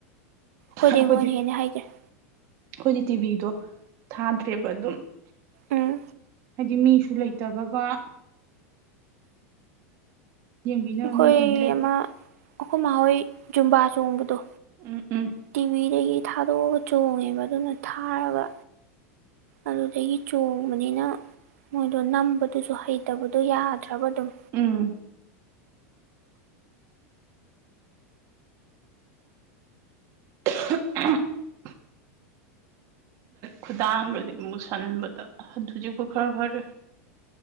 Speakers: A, on the right; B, on the right.
A: ꯍꯣꯏꯗꯤ
B: ꯑꯩꯈꯣꯏꯗꯤ
A: ꯃꯣꯏꯅꯦ ꯍꯦꯟꯅꯦ ꯍꯩꯒꯔꯦ
B: ꯑꯩꯈꯣꯏꯗꯤ ꯇꯤꯚꯤꯗꯣ ꯊꯥꯗ꯭ꯔꯦꯕ ꯑꯗꯨꯝ
A: ꯎꯝ
B: ꯍꯥꯏꯗꯤ ꯃꯤꯁꯨ ꯂꯩꯇꯕꯒ ꯌꯦꯡꯕꯤꯅꯕ
A: ꯑꯩꯈꯣꯏ
B: ꯃꯤꯗꯨꯅꯦ ꯂꯩꯇꯦ
A: ꯑꯃꯥ ꯑꯩꯈꯣꯏ ꯃꯥ ꯍꯣꯏ ꯖꯨꯝꯕꯥ ꯆꯣꯡꯕꯗꯣ
B: ꯎꯝ ꯎꯝ
A: ꯇꯤꯚꯤꯗꯒꯤ ꯊꯥꯗꯣꯛꯑꯒ ꯆꯣꯡꯉꯦꯕ ꯑꯗꯨꯅ ꯊꯥꯔꯒ ꯑꯗꯨꯗꯒꯤ ꯆꯣꯡꯕꯅꯤꯅ ꯃꯣꯏꯗꯣ ꯅꯝꯕꯗꯨꯁꯨ ꯍꯩꯇꯕꯗꯣ ꯌꯥꯗ꯭ꯔꯕ ꯑꯗꯨꯝ
B: ꯎꯝ <unintelligible> ꯈꯨꯗꯥꯡꯒꯁꯦ ꯑꯃꯨꯛꯁꯟꯕꯗ ꯍꯧꯖꯤꯛꯄꯥꯎ ꯈꯔ ꯐꯔꯦ